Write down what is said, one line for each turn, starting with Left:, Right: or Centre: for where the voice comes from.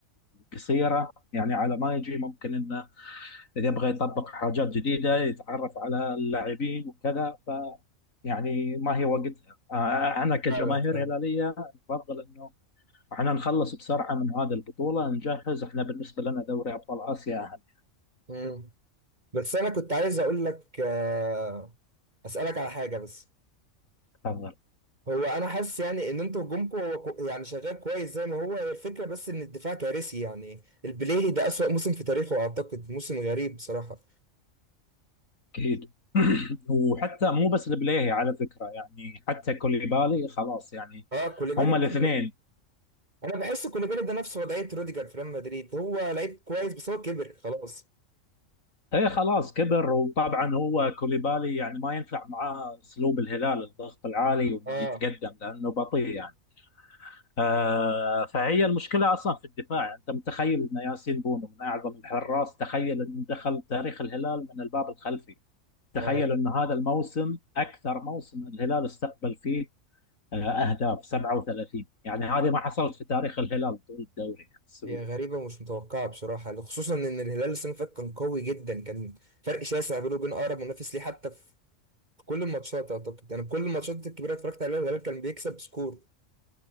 Left: قصيره يعني على ما يجي ممكن انه اذا يبغى يطبق حاجات جديده يتعرف على اللاعبين وكذا فيعني ما هي وقتها آه، انا كجماهير
Right: فعلا فعلا.
Left: هلاليه افضل انه احنا نخلص بسرعة من هذه البطولة نجهز احنا بالنسبة لنا دوري أبطال آسيا أهم
Right: مم. بس انا كنت عايز اقول لك آه اسالك على حاجه بس
Left: تفضل
Right: هو انا حاسس يعني ان انتوا هجومكم هو كو- يعني شغال كويس زي ما هو هي الفكره بس ان الدفاع كارثي يعني البليهي ده اسوأ موسم في تاريخه اعتقد موسم غريب بصراحه
Left: أكيد <clears throat> وحتى مو بس البليهي على فكرة يعني حتى كوليبالي خلاص يعني
Right: اه كوليبالي
Left: هما
Right: <laughs> بتكبر.
Left: الاثنين
Right: انا بحس كوليبالي ده نفس وضعيه روديجر في ريال مدريد هو لعيب كويس بس هو كبر خلاص
Left: ايه خلاص كبر وطبعا هو كوليبالي يعني ما ينفع معاه اسلوب الهلال الضغط العالي وانه
Right: اه
Left: يتقدم لانه بطيء يعني آه فهي المشكله اصلا في الدفاع يعني انت متخيل ان ياسين بونو من اعظم الحراس تخيل انه دخل تاريخ الهلال من الباب الخلفي تخيل
Right: اه لا.
Left: أن هذا الموسم أكثر موسم الهلال استقبل فيه آه، أهداف 37 يعني هذه ما حصلت في تاريخ الهلال طول الدوري يعني السعودي
Right: هي غريبه ومش متوقعه بصراحه خصوصا ان الهلال السنه اللي فاتت كان قوي جدا كان فرق شاسع بينه وبين اقرب منافس ليه حتى في كل الماتشات اعتقد يعني كل الماتشات الكبيره اتفرجت عليها الهلال كان بيكسب سكور